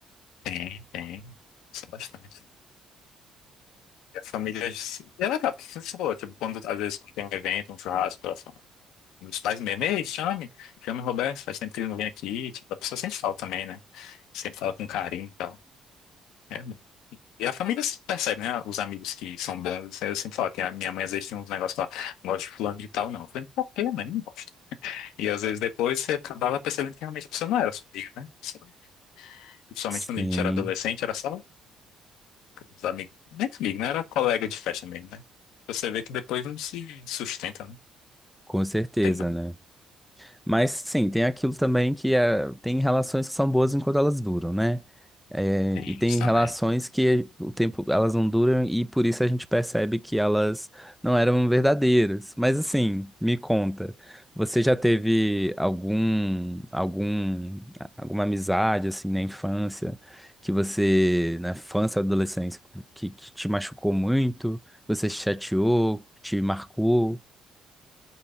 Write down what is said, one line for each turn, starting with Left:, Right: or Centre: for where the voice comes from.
Left: tem, tem. Isso é bastante. E a família se- é legal, porque você falou, tipo, quando às vezes quando tem um evento, um churrasco, ela fala, meus pais mesmo, ei, chame, chame o Roberto, faz tempo que ele não vem aqui, tipo, a pessoa sente falta também, né? Sempre fala com carinho e tal. É bom. E a família se percebe, né? Os amigos que são bons, assim, eu sempre falo que a minha mãe às vezes tinha uns negócios lá, não gosto de fulano de tal, não. Eu falei, por quê, mãe? Não gosto. E às vezes depois você acabava percebendo que realmente a pessoa não era sua amiga, né? Sei lá. Principalmente
Centre: Sim,
Left: quando a gente era adolescente, era só os amigos, nem amigo, né era colega de festa mesmo, né? Você vê que depois não se sustenta, né?
Centre: com certeza,
Left: Tem, não.
Centre: né? Mas sim, tem aquilo também que é, tem relações que são boas enquanto elas duram, né? É,
Left: Tem
Centre: e tem
Left: isso também.
Centre: relações que o tempo elas não duram e por isso a gente percebe que elas não eram verdadeiras. Mas assim, me conta, você já teve algum, algum, alguma amizade assim na infância que você, na infância, adolescência, que, que te machucou muito, você se chateou, te marcou?